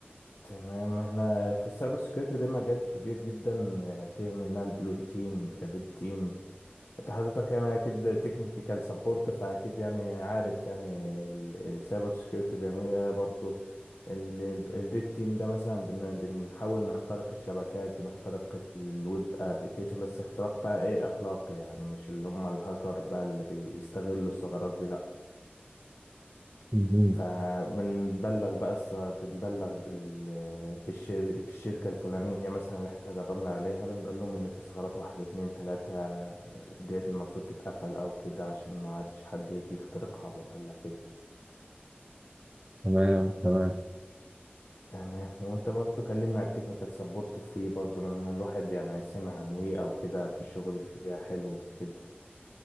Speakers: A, on the left; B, on the right.
A: تمام احنا في السايبر سيكيورتي ده مجال كبير جدا فيه منها البلو تيم الريد تيم انت حضرتك يعني اكيد تكنيكال سبورت فاكيد يعني عارف يعني السايبر سكيورتي بيعملوا ايه برضه الريد تيم ده مثلا بن- بنحاول نخترق الشبكات بنخترق الويب ابلكيشن بس اختراق بقى ايه اخلاقي يعني مش اللي هم الهاكر بقى اللي بيستغلوا الثغرات دي لا
B: مهم.
A: فبنبلغ بقى الص- بنبلغ بال- بالشر... بالشركة الفلانية مثلا اللي احنا جربنا عليها بنقول لهم ان في ثغرات واحد اتنين تلاتة ديت المفروض تتقفل او كده عشان ما عادش حد يجي يخترقها بقى ولا كده
B: تمام تمام
A: تمام وانت برضو كلمنا على التكنيكال سبورت في وي برضو لان الواحد يعني سمع عن وي او كده في الشغل فيها حلو كده